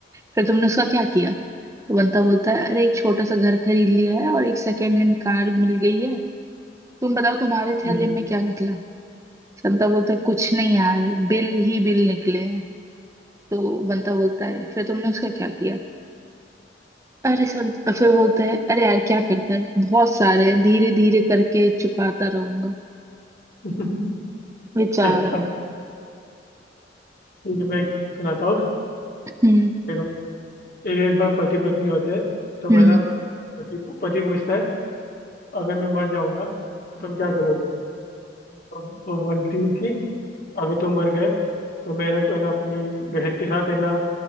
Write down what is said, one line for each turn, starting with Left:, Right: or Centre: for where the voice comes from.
Right: फिर तुमने उसका क्या किया तो बंता बोलता है अरे एक छोटा सा घर खरीद लिया है और एक सेकेंड हैंड कार मिल गई है तुम बताओ तुम्हारे
Left: हम्म,
Right: थैले में क्या निकला संता बोलता है कुछ नहीं यार बिल ही बिल निकले हैं तो बंता बोलता है फिर तुमने उसका क्या किया अरे संत फिर बोलता है अरे यार क्या करता है बहुत सारे हैं धीरे धीरे करके चुकाता रहूंगा
Left: <laughs>
Right: बेचारा
Left: सही था ठीक है मैं एक सुनाता हूँ
Right: हम्म हम्म
Left: देखो एक एक बार पति पत्नी होते हैं तो
Right: हम्म
Left: पहला पति पति पूछता है अगर मैं मर जाऊंगा तो तुम क्या करोगी तो वो बोलती है कि अगर तुम मर गए तो मैं ना है ना अपनी बहन के साथ है ना अ,